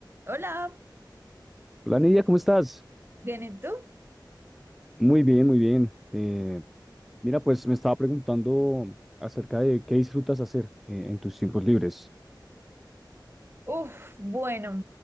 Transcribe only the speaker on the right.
Hola,
¿bien y tú?
Uf, bueno,